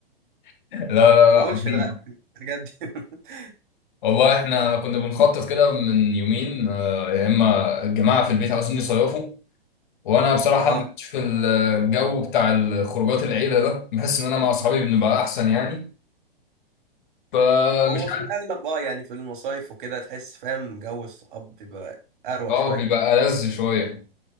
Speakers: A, on the left (about 55°); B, on the right (about 55°).
A: <laughs> لا لا
B: ما بقولش
A: لا عارفين
B: لا بجد <laughs>
A: والله احنا كنا بنخطط كده من يومين آه، يا اما الجماعه في البيت عاوزين يصيفوا وانا بصراحه
B: اه
A: ما كنتش في الجو بتاع الخروجات العيله ده بحس ان انا مع اصحابي بنبقى احسن يعني فمش
B: هو في الاغلب اه يعني في المصايف وكده تحس فاهم جو الصحاب بيبقى اروق
A: اه
B: شويه
A: بيبقى ألذ شويه